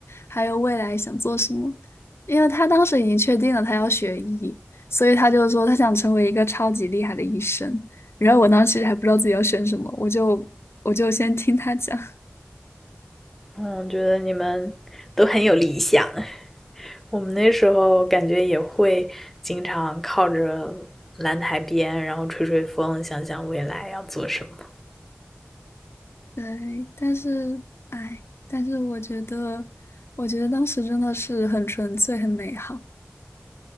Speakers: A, on the left (about 75°); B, in the centre.
A: 还有未来想做什么。因为他当时已经确定了他要学医，所以他就说他想成为一个超级厉害的医生。然后我当时其实还不知道自己要选什么，我就我就先听他讲。
B: 嗯，我觉得你们都很有理想。我们那时候感觉也会经常靠着蓝台边，然后吹吹风，想想未来要做什么。
A: <laughs> 对，但是哎，但是我觉得，我觉得当时真的是很纯粹、很美好。